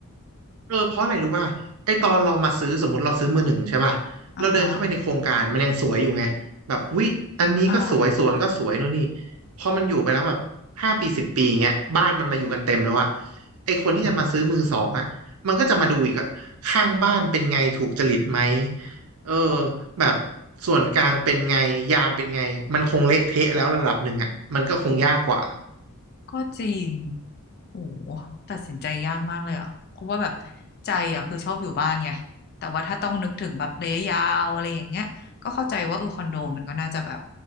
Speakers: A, on the right (about 75°); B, on the left (about 45°).
A: เออเพราะอะไรรู้ป่ะไอตอนเรามาซื้อสมมติเราซื้อมือหนึ่งใช่ป่ะเราเดินเข้าไปในโครงการมันยังสวยอยู่ไงแบบอุ๊ยอันนี้ก็สวยสวนก็สวยนู่นนี่
B: อ่าฮะอ่า
A: พอมันอยู่ไปแล้วแบบห้าปีสิบปีเงี้ยบ้านมันมาอยู่กันเต็มแล้วอะไอคนที่จะมาซื้อมือสองอะมันก็จะมาดูอีกว่าข้างบ้านเป็นไงถูกจริตไหม
B: อืม
A: เออ
B: อ๋อ
A: แบบส่วนกลางเป็นไงยามเป็นไงมันคงเละเทะแล้วระดับหนึ่งอะมันก็คงยากกว่า
B: ก็จริงโอ้โหตัดสินใจยากมากเลยอ่ะเพราะว่าแบบใจอ่ะคือชอบอยู่บ้านไงแต่ว่าถ้าต้องนึกถึงแบบระยะยาวอะไรอย่างเงี้ยก็เข้าใจว่าเออคอนโดมันก็น่าจะแบบ